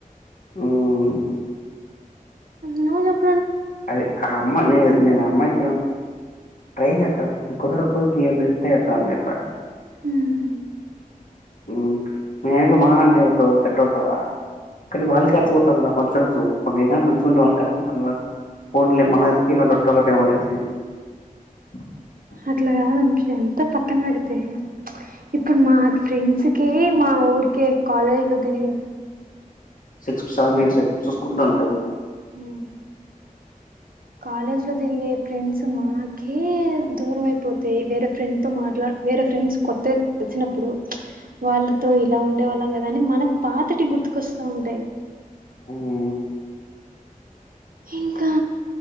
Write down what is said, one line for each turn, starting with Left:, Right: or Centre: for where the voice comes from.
Left: ఉం
Right: ను జేప్పు
Left: అదే ఆ అమ్మ నేను అమ్మాయి ట్రై చే కుదర కుదు ఇస్త చేస్తా అని చెప్పారు <unintelligible>
Right: హు హమ్
Left: ఉం మీ ఆయనతో మహా అంటే ఏమ్ అవుతవ్ చెడ్డ అవుతావ కానీ వాళ్ళకి అర్థపోతారు మంచి చద మంచిగా ఉండి వాళ్ళకి అర్థపోతతుారు <unintelligible> ఫన్లే మనజ తలడ్ ట టవనేసి <unintelligible>
Right: అట్లా కాదు అంశ ఎంత పక్కన పెడితే ఇప్పుడు మా ఫ్రెండ్స్ కి మా ఊరికి కే కాలేజ్ లో తిరిగింది
Left: సిక్స్ సా మినిట్స్ చూసుకుంటున్నాను టైమ్
Right: హమ్ కాలేజ్ లో తిరిగే ఫ్రెండ్స్ మాకే దూరం అయిపోతే వేరే ఫ్రెండ్ తో మాట్లా వేరే ఫ్రెండ్స్ కొత్త వచ్చినప్పుడు వాళ్ళతో ఇలా ఉండేవాళ్ళం కదా అని మనకు పాతటి గుర్తుకొస్తా ఉంటాయి
Left: ఉం
Right: ఇంకా